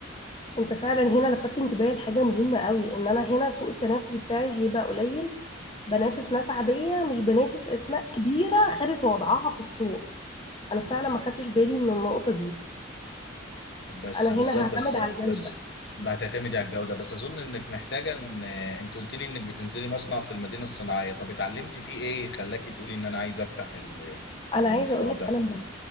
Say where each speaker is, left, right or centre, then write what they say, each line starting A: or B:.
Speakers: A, on the left (about 25°); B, on the left (about 60°).
A: أنت فعلا هنا لفت انتباهي لحاجة مهمة قوي إن أنا هنا سوق التنافس بتاعي هيبقى قليل بنافس ناس عادية مش بنافس أسماء كبيرة خدت وضعها في السوق أنا فعلا ما خدتش بالي من النقطة دي
B: بس
A: أنا
B: بالظبط
A: هنا هعتمد
B: بس
A: على الجودة
B: بس ما هتعتمدي على الجوده بس اظن انك محتاجه ان انت قلت لي انك بتنزلي مصنع في المدينه الصناعيه طب اتعلمتي فيه ايه خلاكي تقولي ان انا عايزه افتح ال-
A: انا
B: المشروع
A: عايزه اقول لك
B: ده
A: انا انبهرت